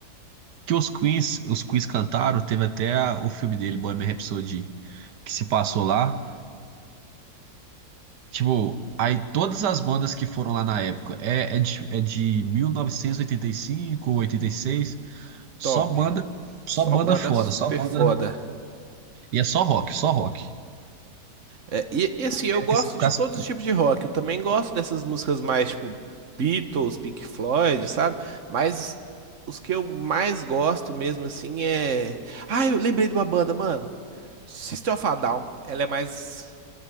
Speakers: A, on the right; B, on the right.
A: Que os Queens, os Queens cantaram, teve até a- o filme dele, Bohemian Rhapsody, que se passou lá. Tipo, aí todas as bandas que foram lá na época, é, é de, é de 1985, 86, só
B: Top.
A: banda,
B: Só
A: só banda
B: banda
A: fora,
B: super
A: só banda.
B: foda.
A: E é só rock, só rock.
B: É, e, e assim, eu
A: É
B: gosto
A: que se ficasse-
B: de todos os tipos de rock. Eu também gosto dessas músicas mais tipo Beatles, Pink Floyd, sabe? Mas os que eu mais gosto mesmo assim é. Ah, eu lembrei de uma banda, mano. System of a Down. Ela é mais.